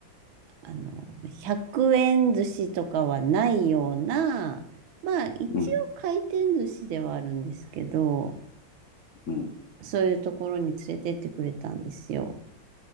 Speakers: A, on the right; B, on the left.
A: あの、100円寿司とかはないような、まあ一応回転寿司ではあるんですけど、
B: うん、うん。
A: そういうところに連れてってくれたんですよ。